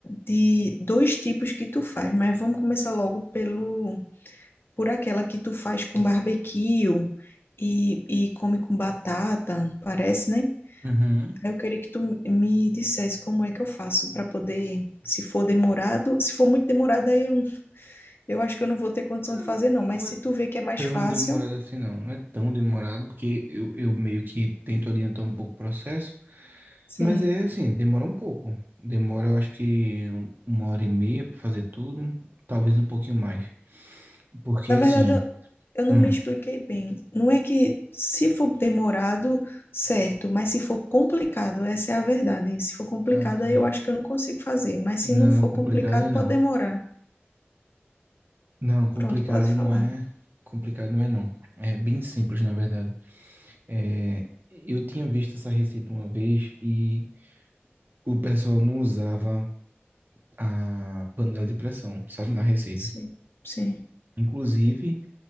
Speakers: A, on the left; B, on the right.
A: de dois tipos que tu faz, mas vamos começar logo pelo por aquela que tu faz com barbecue e, e come com batata, parece, né?
B: uhum,
A: Aí eu queria que tu me dissesse como é que eu faço para poder, se for demorado, se for muito demorado, aí eu, eu acho que eu não vou ter condição
B: Hum,
A: de fazer, não.
B: Não
A: Mas
B: é
A: se tu vê que é mais
B: tão
A: fácil,
B: demorado assim, não. Não é tão demorado, porque eu, eu meio que tento adiantar um pouco o processo,
A: sim.
B: mas é assim, demora um pouco. Demora, eu acho que um- uma hora e meia para fazer tudo, talvez um pouquinho mais. Porque
A: Na
B: assim.
A: verdade, eu, eu não
B: hum,
A: me expliquei bem. Não é que se for demorado, certo, mas se for complicado, essa é a verdade. Se for complicado,
B: Ah, entendi.
A: aí eu acho que eu não consigo fazer. Mas
B: Não,
A: se não for
B: complicado
A: complicado,
B: é não.
A: pode demorar.
B: Não, complicado
A: Pronto, pode falar.
B: não é. Complicado não é não. É bem simples, na verdade. É, eu tinha visto essa receita uma vez e o pessoal não usava a panela de pressão, sabe, na receita.
A: Sim, sim.
B: Inclusive,